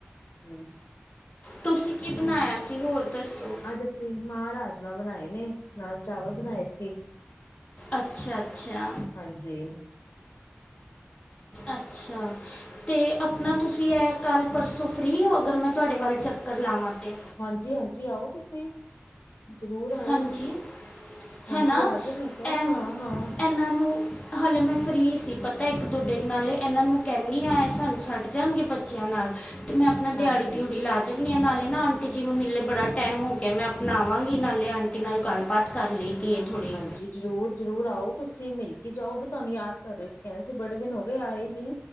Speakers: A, on the left; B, on the left.
A: ਹੂੰ।
B: ਤੁਸੀਂ ਕੀ ਬਣਾਇਆ ਸੀ, ਹੋਰ ਦੱਸੋ?
A: ਅੱਜ ਅਸੀਂ ਮਾਂ ਰਾਜਮਾਂ ਬਣਾਏ ਨੇ, ਨਾਲ ਚਾਵਲ ਬਣਾਏ ਸੀ।
B: ਅੱਛਾ-ਅੱਛਾ।
A: ਹਾਨਜੀ।
B: ਅੱਛਾ, ਤੇ ਆਪਣਾ ਤੁਸੀਂ ਐਹ ਕੱਲ ਪਰਸੋਂ ਫਰੀ ਹੋ, ਅਗਰ ਮੈਂ ਤੁਹਾਡੇ ਵੱਲ ਚੱਕਰ ਲਾਵਾਂ ਤੇ।
A: ਹਾਂਜੀ- ਹਾਂਜੀ, ਆਓ ਤੁਸੀਂ, ਜ਼ਰੂਰ ਆਓ।
B: ਹਾਂਜੀ
A: ਹਾਂਜੀ,
B: ਹੈ ਨਾ
A: ਆ ਜਾਓ, ਮੈਂ ਕਿਹਾ
B: ਐਮ
A: ਹਾਂ- ਹਾਂ।
B: ਇਹਨਾਂ ਨੂੰ ਹਾਲੇ, ਮੈਂ ਫਰੀ ਸੀ, ਪਤਾ ਇੱਕ- ਦੋ ਦਿਨ ਨਾਲੇ ਇਹਨਾਂ ਨੂੰ ਕਹਨੀ ਆ, ਇਹ ਸਾਨੂੰ ਛੱਡ ਜਾਣਗੇ ਬੱਚਿਆਂ ਨਾਲ ਤੇ ਮੈਂ ਆਪਣਾ
A: ਹਾਂਜੀ।
B: ਦਿਹਾੜੀ ਦਿਉੜੀ ਲਾ ਚੱਲ ਨਾਲੇ ਨਾ ਆਂਟੀ ਜੀ ਨੂੰ ਮਿਲੇ ਬੜਾ ਟੈਮ ਹੋ ਗਿਆ, ਮੈਂ ਆਪਣਾ ਆਵਾਂਗੀ ਨਾਲੇ, ਆਂਟੀ ਨਾਲ ਗੱਲਬਾਤ ਕਰ ਲਈ ਦੀ ਏ ਥੋੜੀ।
A: ਜੀ, ਜ਼ਰੂਰ- ਜਰੂਰ ਆਓ ਤੁਸੀਂ, ਮਿਲ ਕੇ ਜਾਓ, ਇਹ ਵੀ ਤੁਹਾਨੂੰ ਯਾਦ ਕਰ ਰਹੇ ਸੀ, ਕਹ ਸੀ ਬੜੇ ਦਿਨ ਹੋ ਗਏ ਆਏ ਨੀ।